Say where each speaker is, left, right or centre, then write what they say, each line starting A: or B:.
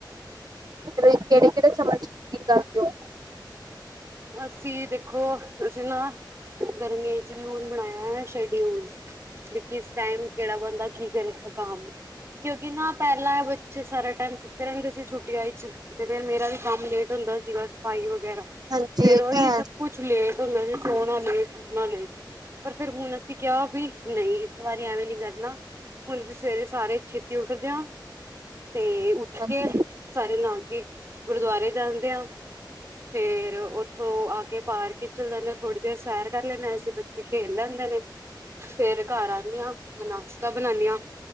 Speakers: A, on the right; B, on the right.
A: ਕਿਹੜੇ ਕਿਹੜੇ ਸਮਾਜ ਕੀ ਕਰਦੇ ਹੋ
B: ਅਸੀਂ ਦੇਖੋ ਅਸੀਂ ਨਾ ਗਰਮੀਆਂ ਚ ਵੀ ਹੁਣ ਬਣਾਇਆ ਸ਼ਡਿਊਲ ਦੇਕ ਇਸ ਟਾਈਮ ਕਿਹੜਾ ਬੰਦਾ ਕੀ ਕਰੇਗਾ ਕੰਮ ਕਿਉਂਕਿ ਨਾ ਪਹਿਲਾਂ ਹੈ ਬੱਚੇ ਸਾਰਾ ਟਾਈਮ ਸਿੱਖਦੇ ਰਹਿੰਦੇ ਸੀ ਛੁੱਟੀਆਂ ਚ ਤੇ ਫਿਰ ਮੇਰਾ ਵੀ ਕੰਮ ਲੇਟ ਹੁੰਦਾ ਸੀਗਾ ਸਫਾਈ ਵਗੈਰਾ
A: ਹਾਂਜੀ
B: ਫੇਰ
A: ਇਹ
B: ਉਹੀ
A: ਤਾਂ ਹੈ
B: ਸਭ ਕੁਛ ਲੇਟ ਹੂਦੈ ਵੈ ਜੇ ਸੋਣਾ ਲੇਟ ਉਠਣਾ ਲੇਟ। ਪਰ ਫਿਰ ਹੁਣ ਅਸੀਂ ਕਿਹਾ ਵੀ ਨਹੀਂ ਇਸ ਵਾਰੀ ਐਵੇਂ ਨੀ ਕਰਨਾ। ਹੁਣ ਅਸੀਂ ਸਵੇਰੇ ਸਾਰੇ ਛੇਤੀ ਉੱਠਦੇ ਹਾਂ ਤੇ ਉਠ
A: ਹਾਂਜੀ
B: ਕੇ ਸਾਰੇ ਨਹਾ ਕੇ ਗੁਰਦੁਆਰੇ ਜਾਂਦੇ ਆ ਫੇਰ ਉ ਉਹ ਆ ਕੇ ਪਾਰਕ ਚੱਲ ਜਾਂਦੇ ਥੋੜੀ ਦੇਰ ਸੈਰ ਕਰ ਲੈਂਦੇ ਐਸੀਂ ਬੱਚੇ ਖੇਲ ਲੈਂਦੇ ਨੇ। ਫੇਰ ਘਰ ਆਣੀਆ ਨਾਸ਼ਤਾ ਬਣਾਨੀ ਆਂ